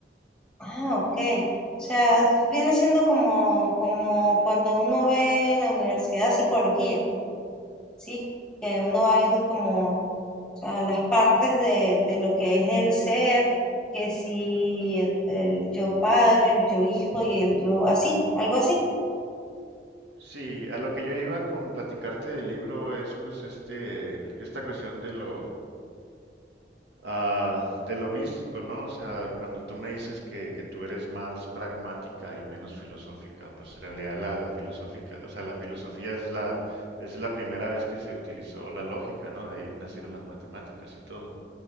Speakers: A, in the centre; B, on the right.
A: Ah, ok. O sea, viene siendo como, como cuando uno ve en la universidad psicología, ¿sí? Que uno va viendo como, o sea, las partes de, de lo que es el ser, que si el, el yo padre, el yo hijo y el yo así, algo así.
B: Sí, a lo que yo iba con platicarte del libro es pues este, esta cuestión de lo, Ah, de lo místico, ¿no? O sea, cuando tú me dices que, que tú eres más pragmática y menos filosófica, pues en realidad la, la filosófica, o sea, la filosofía es la, es la primera vez que se utilizó la lógica, ¿no? De ahí nacieron las matemáticas y todo.